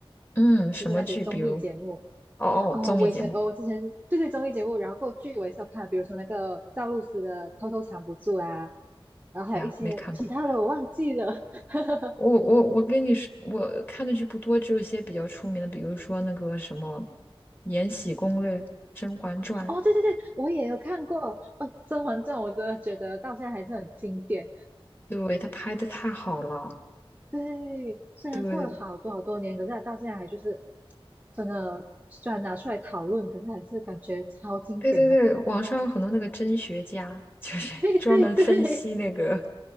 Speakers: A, on the left; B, on the right.
A: 嗯，什么剧？
B: 就是那些综艺节目
A: 比如，哦哦，
B: 啊、
A: 综艺节目。
B: 我以前呃我之前对对综艺节目，然后过后剧我也是有看，比如说那个赵露思的《偷偷藏不住》啊，然后还有一些其他的我忘记了。
A: 哎呀，没看过。
B: <laughs>
A: 我我我跟你说，我看的剧不多，只有一些比较出名的，比如说那个什么《延禧攻略》《甄嬛传》，
B: 哦，对对对，我也有看过。哦，《甄嬛传》我真的觉得到现在还是很经典。
A: 对，不对？他拍的太好了。
B: 对，虽然过了好多好多年，
A: 对不对，
B: 可是它到现在还就是真的，虽然拿出来讨论，可是还是感觉超经典的。
A: 对对对，网上有很多那个真学家，就是
B: <laughs>
A: <laughs>
B: 对对对
A: 专门分析那个